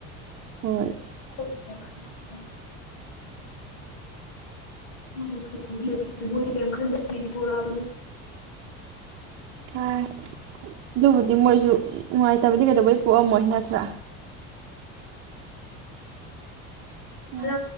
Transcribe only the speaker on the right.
ꯍꯣꯏ
ꯑ ꯑꯗꯨꯕꯨꯗꯤ ꯃꯣꯏꯁꯨ ꯅꯨꯡꯉꯥꯏꯇꯕꯗꯤ ꯀꯩꯗꯧꯕꯩ ꯄꯣꯛꯑꯝꯃꯣꯏ ꯅꯠꯇ꯭ꯔꯥ ꯍꯣꯏ.